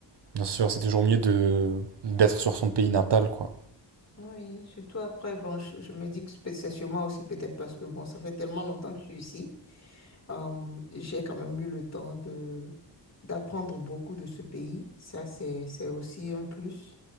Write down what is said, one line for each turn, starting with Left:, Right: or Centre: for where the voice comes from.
Right: Bien sûr, c'est toujours mieux de d'être sur son pays natal, quoi.
Left: Oui, surtout après, bon, je, je me dis que peut- c'est sûrement aussi peut-être parce que bon, ça fait tellement longtemps que je suis ici. Euh, j'ai quand même eu le temps de d'apprendre beaucoup de ce pays. Ça, c'est c'est aussi un plus.